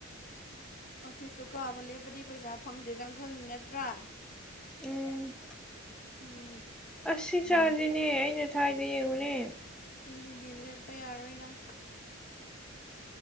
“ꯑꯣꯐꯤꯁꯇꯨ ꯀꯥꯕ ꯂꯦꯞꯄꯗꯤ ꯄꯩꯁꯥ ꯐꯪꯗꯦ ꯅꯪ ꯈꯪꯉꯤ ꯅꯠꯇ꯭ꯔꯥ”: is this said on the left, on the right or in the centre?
Left